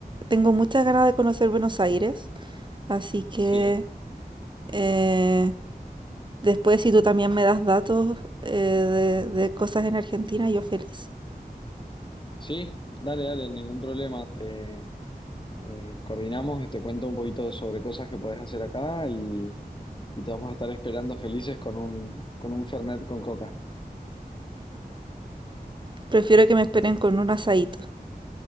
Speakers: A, on the right; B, on the left.
A: tengo muchas ganas de conocer Buenos Aires, así que...
B: Sí,
A: Eh, después, si tú también me das datos eh, de, de cosas en Argentina, yo feliz.
B: sí, dale, dale, ningún problema. te. Eh, coordinamos y te cuento un poquito sobre cosas que podés hacer acá y, y te vamos a estar esperando felices con un, con un Fernet con coca.
A: Prefiero que me esperen con un asadito.